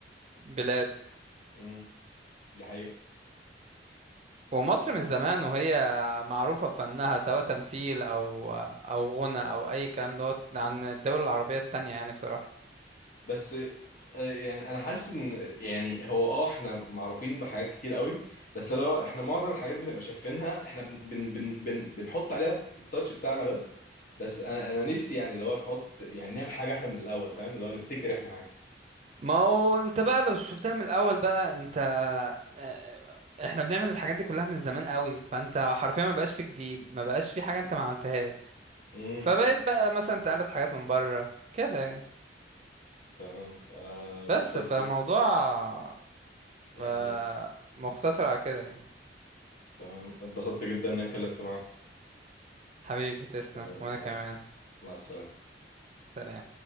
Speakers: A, on the right; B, on the left.
A: البلاد
B: امم دي حقيقه
A: ومصر من زمان وهي معروفة بفنها سواء تمثيل أو أو غنى أو أي كلام دوت عن الدول العربية التانية يعني بصراحة
B: بس آه، يعني انا حاسس ان يعني هو اه احنا معروفين بحاجات كتير قوي بس لو احنا معظم الحاجات بنبقى شايفينها احنا بن بن بن بن بنحط عليها التاتش بتاعنا بس بس انا انا نفسي يعني اللي هو نحط يعني نعمل حاجه احنا من الاول فاهم اللي هو نبتكر احنا حاجه
A: ما هو انت بقى لو شفتها من الاول بقى انت اه، آه، احنا بنعمل الحاجات دي كلها من زمان قوي فانت حرفيا ما بقاش في جديد ما بقاش في حاجة انت ما عملتهاش
B: امم
A: فبقيت بقى مثلا تقلد حاجات من بره كده يعني
B: تمام آه، اتبسطت
A: بس فموضوع
B: يعني
A: اه، مختصر على كده يعني
B: تمام اتبسطت جدا انك اتكلمت معاك
A: حبيبي تسلم
B: آه،
A: وانا
B: مع
A: كمان
B: الس- مع السلامه
A: سلام